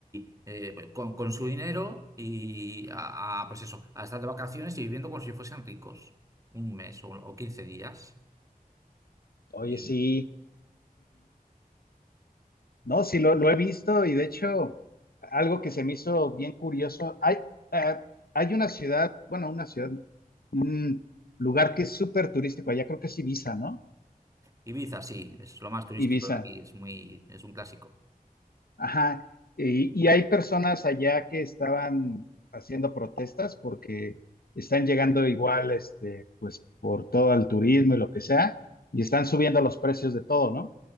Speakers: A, on the right; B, on the left.
A: y, eh, pues con, con su dinero y a, a, pues eso, a estar de vacaciones y viviendo como si fuesen ricos un mes o, o 15 días.
B: Oye,
A: Y
B: sí. No, sí, lo, lo he visto y de hecho, algo que se me hizo bien curioso, hay, eh, hay una ciudad, bueno, una ciudad, un lugar que es súper turístico, allá creo que es Ibiza, ¿no?
A: Ibiza, sí, es lo más turístico
B: Ibiza,
A: de aquí, es muy, es un clásico.
B: ajá. Y, y hay personas allá que estaban haciendo protestas porque están llegando igual, este, pues por todo el turismo y lo que sea, y están subiendo los precios de todo, ¿no?